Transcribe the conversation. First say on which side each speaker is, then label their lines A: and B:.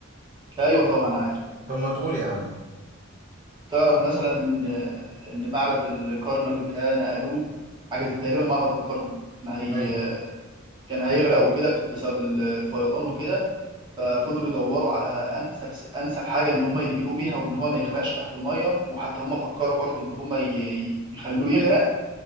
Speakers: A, on the right; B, on the right.
A: أيوة طبعا عارف
B: طب ما تقول يا عم
A: تعرف مثلا إن إن معبد الكرنك ده نقلوه حاجة زي- تقريبا معبد الكرنك كان هي
B: ايوه
A: كان هيغرق وكده بسبب ال- الفيضان وكده ففضلوا يدوروا على أنسب أنسب حاجة إن هم ينقلوه بيها وإن هو ما يغرقش تحت المية وحتى هم فكروا برضو إن هم ي- ي- يخلوه يغرق